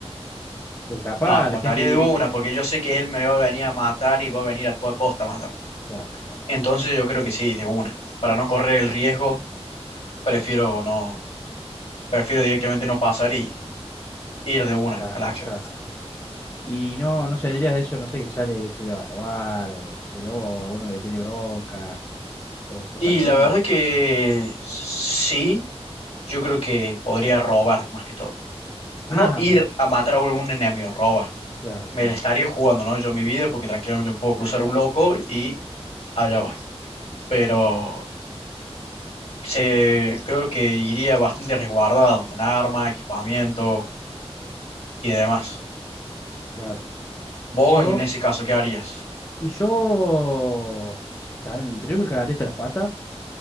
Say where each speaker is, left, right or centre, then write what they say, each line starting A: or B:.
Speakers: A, on the left; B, on the left.
A: Porque capaz
B: No, lo
A: la
B: mataría
A: gente que
B: de
A: viste.
B: una porque yo sé que él me va a venir a matar y va a venir a toda costa a matar.
A: Claro, claro,
B: Entonces yo creo que sí, de una. Para no correr el riesgo, prefiero no, prefiero directamente no pasar y ir de una
A: claro,
B: a la acción.
A: claro. Y no, no saldrías de eso, no sé, que sale, que se lleva a robar, o qué sé yo, o a uno que le tire bronca, o cosas
B: Y
A: así,
B: la verdad
A: ¿no?
B: que sí, yo creo que podría robar más que todo.
A: <laughs>
B: No
A: Ah,
B: ir
A: bueno,
B: a matar a algún enemigo, robar.
A: claro,
B: Me
A: robar,
B: la estaría jugando, ¿no? Yo mi vida, porque tranquilamente me puedo cruzar un loco y allá voy. Pero se, creo que iría bastante resguardado con arma, equipamiento y demás.
A: claro.
B: Vos
A: Yo.
B: en ese caso, ¿qué harías?
A: Y yo también, primero me cagaría hasta las patas